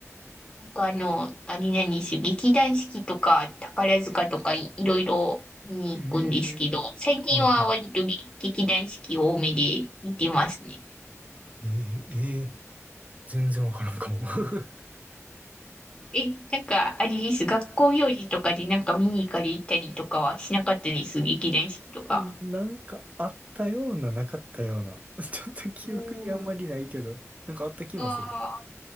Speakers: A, on the left; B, on the right.
A: なんかあの、あれなんですよ、劇団四季とか宝塚とかい、いろいろ見に行くんですけど、
B: ええ
A: 最近は割と劇団四季多めで見てますね。
B: はいはい。えー、えー、全然わからんかも。<laughs>
A: え、なんか、あれです。学校行事とかでなんか見に行かれたりとかはしなかったです。劇団四季とか。
B: あ、なんかあったような、なかったような。<laughs> ちょっと記憶にあんまりないけど、
A: うん、
B: なんかあった気もする。
A: ああ、